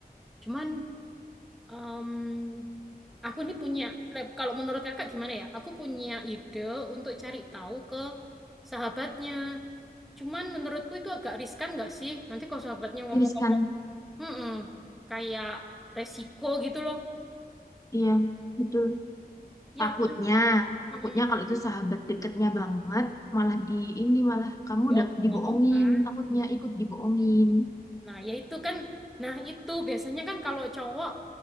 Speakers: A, in the centre; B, on the left.
A: Cuman em, aku ini punya lab- kalau menurut kakak gimana ya? Aku punya ide untuk cari tahu ke sahabatnya. Cuman menurutku itu agak riskan nggak sih? Nanti kalau sahabatnya ngomong-ngomong,
B: Terus kan
A: "Mm-mm, kayak resiko gitu loh.
B: iya, betul.
A: Ya
B: Takutnya,
A: kan? Mm-mm.
B: takutnya kalau itu sahabat deketnya banget, malah di ini malah kamu
A: Diomong-omong
B: udah dibohongin,
A: kan.
B: takutnya
A: Nah,
B: ikut dibohongin.
A: nah, ya itu kan. Nah, itu biasanya kan kalau cowok